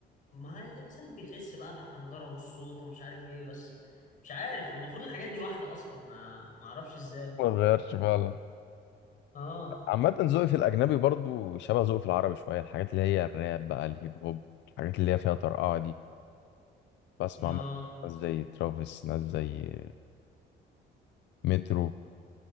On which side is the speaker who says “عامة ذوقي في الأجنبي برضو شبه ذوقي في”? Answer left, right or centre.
Left